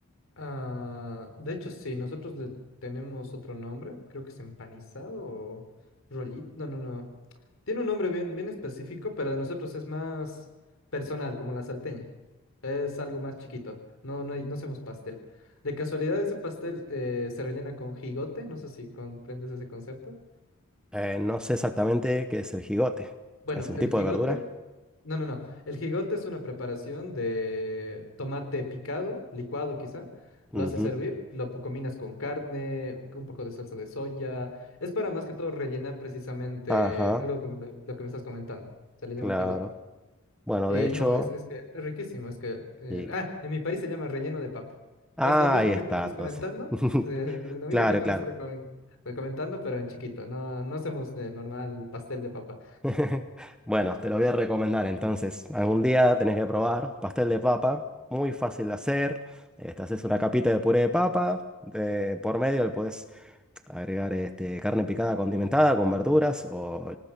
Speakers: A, on the left (about 65°); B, in the centre.
A: Ah, de hecho, sí, nosotros le tenemos otro nombre, creo que es empanizado o rollito, no, no, no. Tiene un nombre bien, bien específico, pero de nosotros es más personal, como la salteña. Es algo más chiquito, no, no, hay- no hacemos pastel. De casualidad, ese pastel eh, se rellena con jigote, no sé si comprendes ese concepto.
B: Eh, no sé exactamente qué es el jigote.
A: Bueno,
B: ¿Es un
A: el
B: tipo
A: jigote,
B: de verdura?
A: no, no, no. El jigote es una preparación de tomate picado, licuado quizá.
B: Ujú.
A: Lo haces hervir, lo pu- combinas con carne, un poco de salsa de soya. Es para más que todo rellenar precisamente
B: Ajá,
A: algo como lo lo que me estás comentando. Se le llama
B: claro.
A: jigote.
B: Bueno,
A: Y
B: de hecho,
A: no, es, es que es riquísimo, es que... eh,
B: sí.
A: ah, en mi país se llama relleno de papa.
B: Ah,
A: Es lo mismo
B: ahí está,
A: que tú me estás
B: entonces.
A: comentando,
B: <laughs>
A: <laughs> eh, lo
B: Claro,
A: mismo que tú
B: claro.
A: me estás recomen- comentando, pero en chiquito. No, no hacemos de normal pastel de papa.
B: <laughs> Bueno, te lo voy a recomendar entonces. Algún día tenés que probar pastel de papa, muy fácil de hacer. Eh, te haces una capita de puré de papa, de- por medio le podés agregar este, carne picada condimentada con verduras o